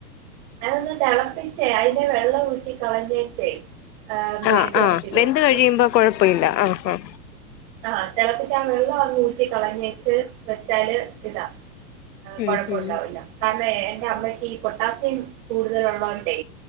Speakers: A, on the right (about 35°); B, on the left (about 85°).
A: അതൊന്ന് തിളപ്പിച്ച് അതിന്റെ വെള്ളം ഊറ്റി കളഞ്ഞേച്ചേ മെഴുക്ക്
B: ആ ആ
A: പുരട്ടി നോക്കിയേ
B: വെന്ത് കഴിയുമ്പോ കൊഴപ്പല്ല ആ ആ
A: ആ തെളപ്പിച് ആ വെള്ളങ്ങൂറ്റി കളഞ്ഞേച്ച് വെച്ചാല് ഇതാ
B: ഉം
A: കൊഴപ്പണ്ടാവൂല്ല
B: ഉം
A: <unintelligible> എന്റെ അമ്മയ്ക്ക് ഈ പൊട്ടാസ്യം കൂടുതലുള്ളോണ്ടേ